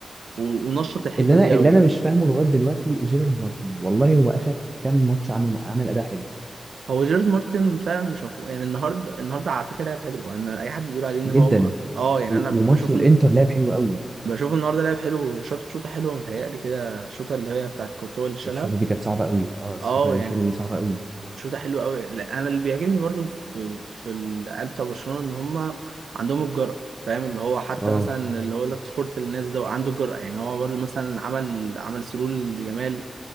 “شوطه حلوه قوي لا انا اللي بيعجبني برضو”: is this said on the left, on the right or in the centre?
Right